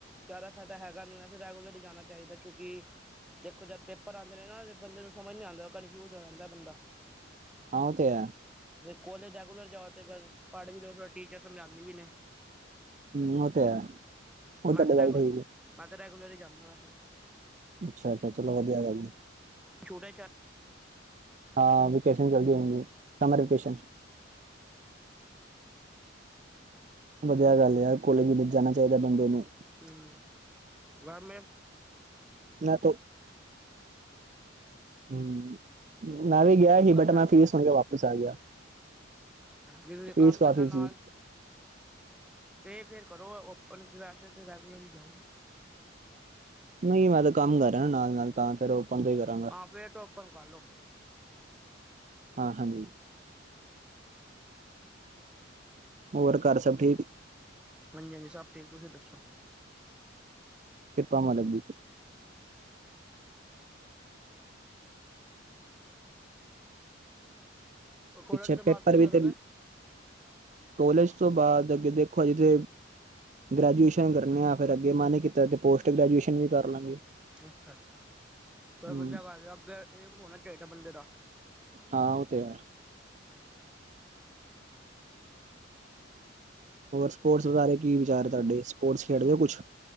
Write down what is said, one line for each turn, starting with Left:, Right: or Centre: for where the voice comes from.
Centre: ਜ਼ਿਆਦਾ ਫਾਇਦਾ ਹੈਗਾ ਨੀ ਵੈਸੇ ਰੈਗੂਲਰਲੀ ਜਾਣਾ ਚਾਹੀਦਾ ਕਿਉਂਕਿ ਦੇਖੋ ਜਦ ਪੇਪਰ ਆਉਂਦੇ ਨੇ ਨਾ ਬੰਦੇ ਨੂੰ ਸਮਝ ਨੀ ਆਉਂਦਾ, ਕਨਫਿਊਜ ਹੋ ਜਾਂਦਾ ਬੰਦਾ।
Right: ਹਾਂ ਉਹ ਤੇ ਹੈ।
Centre: ਕੋਲੇਜ ਰੈਗੂਲਰ ਜਾਓ ਤੇ ਬ ਪੜ੍ਹ ਵੀ ਲਓ ਟੀਚਰ ਸਮਝਾਦੀ ਵੀ ਨੇ।
Right: ਹਮ ਉਹ ਤੇ ਹੈ ਉਹ ਤਾਂਹਾਡੀ
Centre: ਤਾਂ ਰੈਗੂਲਰ
Right: ਗੱਲ ਠੀਕ
Centre: ਮੈਂ ਰੈਗੂਲਰ ਹੀ ਜਾਂਦਾ ਵੈਸੇ ਤੇ।
Right: ਅੱਛਾ-ਅੱਛਾ, ਚਲੋ ਵਧੀਆ ਗੱਲਦੀ।
Centre: ਛੋਟਾ ਚਾਰ
Right: ਹਾਂ ਵੇਕੇਸ਼ਨ ਜਲਦੀ ਹਉਗੀ ਸਮਰ ਵਕੇਸ਼ਨ। ਵਧੀਆ ਗੱਲ ਹੈ ਯਾਰ ਕੋਲੇਜ ਕੁਲੇਜ ਜਾਣਾ ਚਾਹੀਦਾ ਬੰਦੇ ਨੂੰ
Centre: ਹਮ ਬਸ ਮੈਂ <unintelligible>
Right: ਮੈਂ ਹਮ ਮੈਂ ਵੀ ਗਿਆ ਸੀ
Centre: ਕਰਨਾ
Right: ਬਟ ਮੈਂ ਫੀਸ ਸੁਣ ਕੇ ਵਾਪਿਸ ਆ ਗਿਆ।
Centre: ਜੇ ਤੇ
Right: ਫੀਸ
Centre: ਕੰਮ
Right: ਕਾਫ਼ੀ
Centre: ਕਰਨਾ ਨਾਲ
Right: ਸੀ।
Centre: ਤੇ ਫਿਰ ਕਰੋ ਓਪਨ ਚ ਵੈਸੇ ਤੇ ਰੈਗੂਲਰ ਹੀ ਜਾਉ।
Right: ਨਹੀਂ ਮੈਂ ਤਾਂ ਕੰਮ ਕਰ ਰਿਹਾ ਨਾ ਨਾਲ ਨਾਲ। ਤਾਂ, ਫੇਰ ਓਪਨ ਤੋਂ ਹੀ ਕਰਾਂਗਾ,
Centre: ਹਾਂ ਫੇਰ ਤਾਂ ਓਪਨ ਕਰ ਲਓ
Right: ਹਾਂ, ਹਾਂਜੀ। ਹੋਰ ਘਰ ਸਭ ਠੀਕ
Centre: ਹਾਂਜੀ-ਹਾਂਜੀ, ਸਭ ਠੀਕ ਤੁਸੀਂ ਦੱਸੋ।
Right: ਕੰਮ ਵਾਲੇ ਬਿਲਕੁਲ
Centre: ਕੋਲਜ
Right: ਪਿੱਛੇ
Centre: ਦੇ
Right: ਪੇਪਰ
Centre: ਬਾਅਦ ਕੀ
Right: ਵੀ
Centre: ਕਰੋਗੇ
Right: ਤੇ ਕੋਲੇਜ ਤੋਂ ਬਾਅਦ ਅੱਗੇ ਦੇਖੋ ਅਜੇ ਤੇ ਗ੍ਰੈਜੂਏਸ਼ਨ ਕਰਨੇ ਆ, ਫਿਰ ਅੱਗੇ ਮਨ ਕੀਤਾ ਤੇ ਪੋਸਟ ਗ੍ਰੈਜੂਏਸ਼ਨ ਵੀ ਕਰ ਲਾਂਗੇ।
Centre: ਅੱਛਾ-ਅੱਛਾ,
Right: ਹੂੰ
Centre: ਫਿਰ ਬੰਦੇ ਦਾ ਅੱਗੇ ਏਮ ਵੀ ਹੋਣਾ ਚਾਹੀਦਾ ਬੰਦੇ ਦਾ।
Right: ਹਾਂ, ਉਹ ਤੇ ਹੈ। ਹੋਰ ਸਪੋਰਟਸ ਬਾਰੇ ਕੀ ਵਿਚਾਰ ਤੁਹਾਡੇ, ਸਪੋਰਟਸ ਖੇਡਦੇ ਹੋ ਕੁਛ